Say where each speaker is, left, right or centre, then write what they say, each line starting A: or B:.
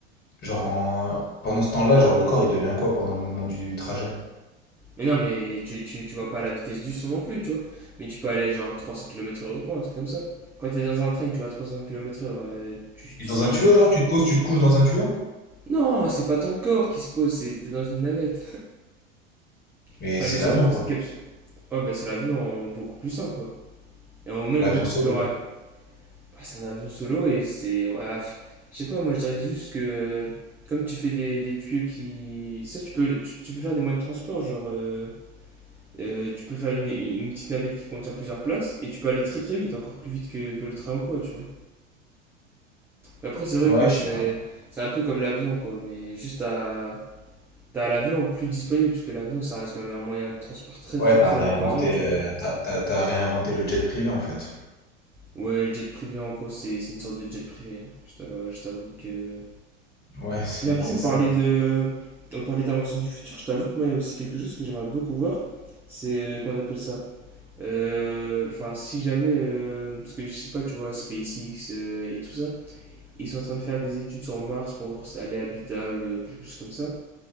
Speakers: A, on the left; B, in the centre.
A: Genre, en- pendant ce temps-là, genre, le corps, il devient quoi pendant le moment du trajet?
B: Mais non, mais tu, tu, tu vas pas à la vitesse du son non plus, tu vois. Mais tu peux aller genre 300 km/h ou quoi, un truc comme ça. Quand t'es dans un train, tu vas à 300 kilomètres heure euh, tu, tu
A: Il est dans
B: sens
A: un tuyau,
B: rien.
A: genre, tu te poses, tu te couches dans un tuyau?
B: Non, c'est pas ton corps qui se pose, c'est t'es dans une navette.
A: Mais
B: Enfin,
A: c'est
B: une
A: l'avion,
B: sorte de petite
A: quoi.
B: capsule. Ouais, bah c'est la vie en beaucoup plus simple, quoi. et en même
A: L'avion
B: beaucoup
A: solo.
B: plus rapide. Bah, c'est un avion solo et c'est. Voilà, je sais pas, moi je dirais juste que. Comme tu fais des, des tuyaux qui. Ça, tu peux, tu, tu peux faire des moyens de transport, genre. euh, euh, tu peux faire une, une petite navette qui contient plusieurs places et tu peux aller très très vite, encore plus vite que, que le train ou quoi, tu vois. Après, c'est vrai
A: Ouais,
B: que ouais,
A: je
B: c'est
A: sais pas.
B: c'est un peu comme l'avion, quoi, mais juste à. T'as l'avion plus disponible, puisque l'avion ça reste quand même un moyen de transport très
A: Ouais,
B: très
A: t'as
B: très
A: réinventé,
B: imposant, tu
A: euh,
B: vois.
A: t'as, t'as- t'as réinventé le jet privé, en fait.
B: Ouais, le jet privé en gros c'est c'est une sorte de jet privé. hein. Je t'a- ouais, je t'avoue que
A: Ouais, c'est,
B: Mais Après,
A: c'est
B: on parlait
A: ça.
B: de. On parlait d'invention du futur. Je t'avoue que moi, il y a aussi quelque chose que j'aimerais beaucoup voir. C'est. euh, Qu'on appelle ça Euh, Enfin, si jamais. euh, parce que je sais pas, tu vois, SpaceX euh, et tout ça. Ils sont en train de faire des études sur Mars pour voir si elle est habitable, euh, quelque chose comme ça.